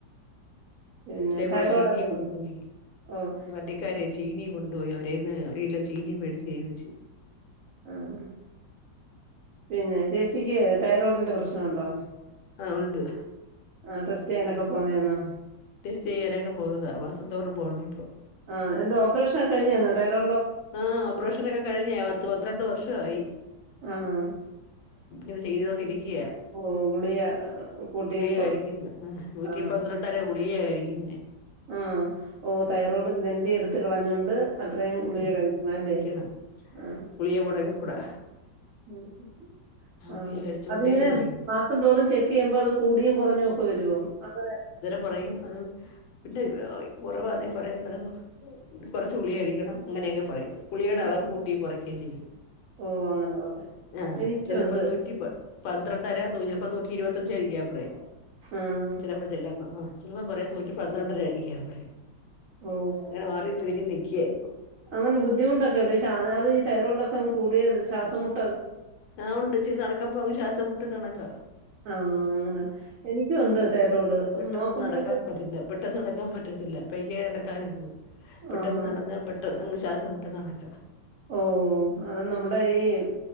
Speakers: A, on the right; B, on the left.
A: പിന്നെ
B: ഇതെകൂടെ
A: തൈറോയ്ഡൊക്കെ
B: ചീനീ
A: ഉണ്ടോ
B: കൊണ്ട് പോയി
A: ഓഹ്
B: വണ്ടിക്കാരെ ചീനീം കൊണ്ട് പോയി അവരേല്ന്ന് ഒരികിലോ ചീനി വേടിച്ച് വേവിച്ച്
A: ആഹ് പിന്നെ ചേച്ചിക്ക് തൈറോയ്ഡിന്റെ പ്രശ്നംഉണ്ടോ?
B: ആഹ് ഉണ്ട്
A: ആ ടെസ്റ്റ് ചെയ്യാനൊക്കെ പോന്നതന്നോ
B: ടെസ്റ്റ് ചെയ്യാനൊക്കെ പോകുന്നതാ. മാസം തോറും പോകണം ഇപ്പോൾ
A: ആഹ് എന്ത ഓപ്പറേഷനാ കഴിഞ്ഞന്നോ തൈറോ
B: ആഹ് ഓപ്പറേഷനൊക്കെ കഴിഞ്ഞ പത്ത് പന്ത്രണ്ട് വർഷയി
A: ആണോ
B: ഇത് ചെയ്തോണ്ടിരിക്കുകയ
A: ഓഹ് ഗുളിക കൂട്ടിയും
B: ഗുളിക
A: കുറച്ച്
B: കഴിക്കുന്ന നൂറ്റി
A: ആഹ്
B: പന്ത്രണ്ടര ഗുളിക കഴിക്കുന്നേ
A: ആഹ് ഓ തൈറോയ്ഡ് ഗ്രന്ഥി എടുത്ത കളഞ്ഞൊണ്ട് അത്രയും ഗുളിക
B: ഉം
A: കഴിക്കണംല്ലേ
B: കഴിക്കണം
A: ആഹ്
B: ഗുളിക മുടങ്ങിക്കൂടാ
A: <unintelligible> ആ
B: ഗുളിക കഴിച്ചോണ്ടേ
A: അതിങ്ങനെ
B: ഇരിക്കണം
A: മാസം തോറും ചെക്ക് ചെയ്യുമ്പോ അത് കൂടിയും കുറഞ്ഞു ഒക്കെ വരുമോ അങ്ങെനെ
B: കൊറയും അത് പിന്നെ ഉറവാന്നെ പറയും കുറച്ച് ഗുളിയായി ക്കണം അങ്ങനെയൊക്കെ പറയും ഗുളികയുടെ
A: ഓ
B: അളവ് കൂട്ടി കുറക്കേ ചെയ്യും
A: ഓ അങ്ങനെ പറ
B: ആ
A: എനിക്കും
B: ചിലപ്പോ
A: ഉണ്ട്
B: നൂറ്റി പ പന്ത്രണ്ടര നൂപ്പ നൂറ്റി ഇരുപത്തഞ്ചച് കഴിക്കാൻപറയും
A: ആഹ്
B: ചിലപ്പോ ച ചിലപ്പോ പറയും നൂറ്റി പന്ത്രണ്ടര കഴിക്കാൻ പറയും
A: ഓ
B: അങ്ങനെ മാറി തിരിക നിക്കിയ ഇപ്പൊ
A: അങ്ങനെ ബുദ്ധിമുട്ടൊക്കെണ്ട് അത് തൈറോഡൊക്കെങ് കൂടിയ ശ്വാസമുട്ട്
B: ആഹ് ഉണ്ട് ഇച്ചിരി നടക്കമ്പോ അങ്ങ് ശ്വാസം മുട്ട്ന്ന കണക്കാ
A: ആഹ് അങ്ങനെ എനിക്കുംഒണ്ട് തൈറോഡ്
B: പെട്ടെന്ന്
A: നോക്കുമ്പോഴൊക്കെ
B: നടക്കാൻ ഒക്കത്തില്ല പെട്ടെന്ന് നടക്കാൻ പറ്റത്തില്ല, പയ്യെ അ നടക്കാനും പെട്ടെന്ന്
A: ആഹാ
B: നടന്ന അങ്ങ് ശ്വാസംമുട്ട്ന്ന കാണക്കാ
A: ഓഹ് അത് നമ്മുടെ ഈ